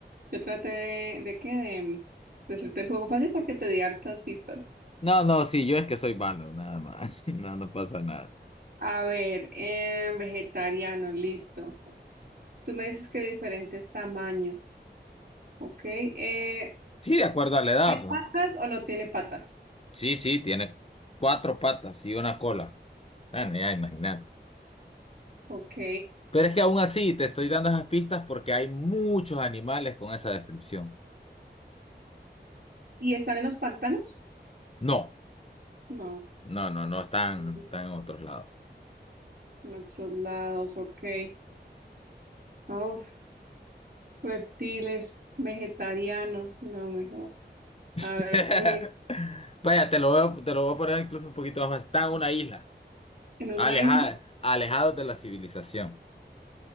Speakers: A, on the right; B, on the left.
A: yo traté de, de que de, de hacerte el juego fácil porque te di hartas pistas.
B: No, no, sí, yo es que soy malo, nada más. <laughs> No, no pasa nada.
A: A ver, em, vegetariano, listo. Tú me dices que de diferentes tamaños, ¿ok? Eh,
B: Sí, de acuerdo a la edad,
A: ¿tiene
B: pues.
A: patas o no tiene patas?
B: Sí, sí, tiene cuatro patas y una cola. Bueno, ya imagínate.
A: Ok.
B: Pero es que aún así te estoy dando esas pistas porque hay muchos animales con esa descripción.
A: ¿Y están en los pantanos?
B: No,
A: No,
B: no, no, no están,
A: en
B: están en otros lados.
A: otros lados, ok. Uf, reptiles, vegetarianos, no, mejor. A ver,
B: <laughs>
A: eh,
B: Vaya, te lo voy, a- te lo voy a poner incluso un poquito más. fácil. Está en una isla,
A: ¿en una
B: alejada,
A: isla?
B: alejados de la civilización.